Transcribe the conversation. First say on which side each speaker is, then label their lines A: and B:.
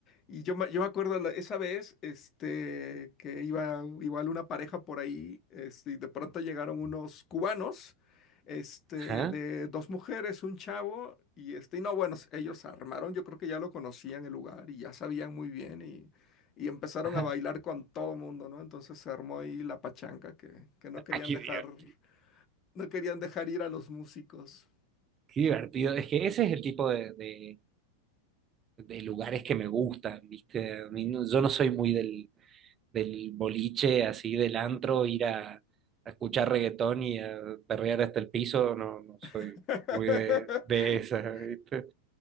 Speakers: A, on the left; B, on the right.
A: Y yo me, yo me acuerdo la- esa vez, este, que iba igual una pareja por ahí, este, y de pronto llegaron unos cubanos, este,
B: Ajá,
A: de dos mujeres, un chavo, y este, y no, bueno, ellos armaron, yo creo que ya lo conocían el lugar y ya sabían muy bien y empezaron
B: ajá.
A: a bailar con todo mundo, ¿no? Entonces se armó ahí la pachanga que, que no querían
B: Ah, qué
A: dejar,
B: diver-
A: no querían dejar ir a los músicos.
B: qué divertido. Es que ese es el tipo de, de- de lugares que me gustan, ¿viste? A mí no- yo no soy muy del, del boliche, así del antro, ir a, a escuchar reggaetón y a perrear hasta el piso. No, no soy
A: <laughs>
B: muy de, de esas, ¿viste?